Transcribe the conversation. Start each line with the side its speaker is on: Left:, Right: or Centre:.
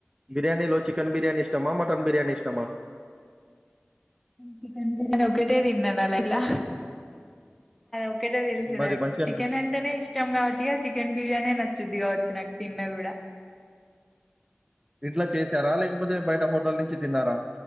Right: బిర్యానీలో చికెన్ బిర్యానీ ఇష్టమా మటన్ బిర్యానీ ఇష్టమా
Centre: చికెన్ బిర్యానీ ఒకటే తిన్నా నా లైఫ్ ల ఒకటే తెలిసి
Right: మరి
Centre: నాకు
Right: మంచిగా
Centre: చికెన్
Right: అనిపి
Centre: అంటేనే ఇష్టం కావట్టిగా చికెన్ బిర్యానీ నచ్చ గాచ్చినకు తిన్న కూడా
Right: ఇంట్లా చేసారా లేకపోతే బయట హోటల్ నుంచి తిన్నారా